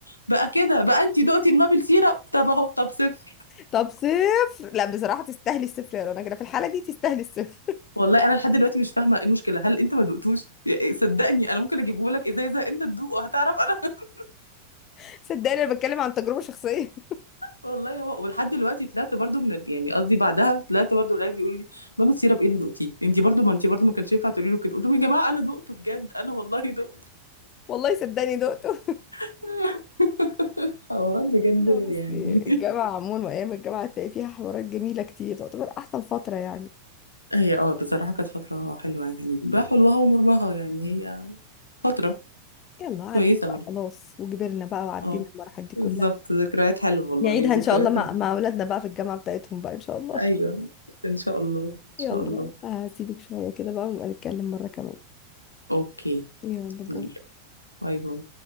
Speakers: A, on the left (about 85°); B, on the left (about 30°).
A: بقى كده بقى انت دقتي المابل سيرب طب اهو طب صفر
B: طب صفر لا بصراحة تستاهلي الصفر يا رنا كده في الحالة دي تستاهلي الصفر
A: والله انا لحد دلوقتي مش فاهمه ايه المشكله هل انت ما دقتوش يا- إيه، صدقني انا ممكن اجيبه لك ازازه انت تدوقه هتعرف انا <laughs>
B: <laughs> صدقني انا بتكلم عن تجربة شخصية
A: والله هو ولحد دلوقتي طلعت برضو من ال... يعني قصدي بعدها طلعت برضو العيال بيقولوا لي مابل سيرب ايه اللي دقتيه انت برضو ما انت برضو ما كانش ينفع تقولي له كده قلت لهم يا جماعه انا دقته بجد انا والله دقته
B: <laughs> والله صدقني دقته
A: <laughs> حوارات بجد
B: لا
A: يعني
B: بصي الجامعة عموما وايام الجامعة هتلاقي فيها حوارات جميلة كتير تعتبر احسن فترة يعني
A: <laughs> هي اه بصراحه كانت فتره حلوه يعني بحلوها ومرها يعني هي فتره
B: يلا عدت
A: كويسة برضه
B: بقى خلاص وكبرنا بقى وعدينا
A: اه
B: المراحل دي
A: بالظبط
B: كلها
A: ذكريات حلوة والله
B: نعيدها
A: هي ذكريات
B: ان شاء الله مع
A: حلوة.
B: مع اولادنا بقى في الجامعة بتاعتهم بقى ان شاء الله
A: ايوه ان شاء الله
B: <laughs>
A: ان شاء
B: يلا
A: الله
B: هسيبك شوية كده بقى ونبقى نتكلم مرة كمان
A: اوكي
B: يلا باي
A: يلا باي باي